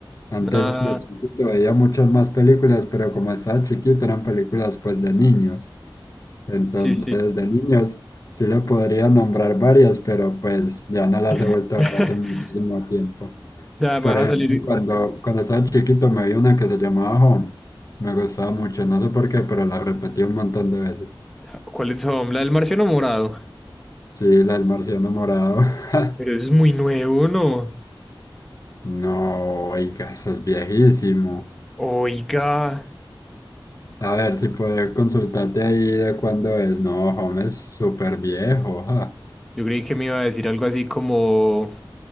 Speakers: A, on the left; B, in the centre.
A: Antes
B: Ah,
A: de chiquito veía muchas más películas, pero como estaba chiquito eran películas pues de niños. Entonces,
B: sí, sí.
A: de niños, sí le podría nombrar varias, pero pues ya no las
B: <laughs>
A: he vuelto a ver hace muchísimo tiempo.
B: O sea, me
A: Por
B: vas
A: ejemplo,
B: a salir.
A: cuando, cuando estaba chiquito me vi una que se llamaba Home. Me gustaba mucho, no sé por qué, pero la repetí un montón de veces.
B: ¿Cuáles son? La del Marciano Morado.
A: Sí, la del marciano morado. <laughs>
B: Pero es muy nuevo, ¿no?
A: No, oiga, eso es viejísimo.
B: Oiga.
A: A ver si puedo consultarte ahí de cuándo es. No, Home es súper viejo. ja.
B: Yo creí que me iba a decir algo así como,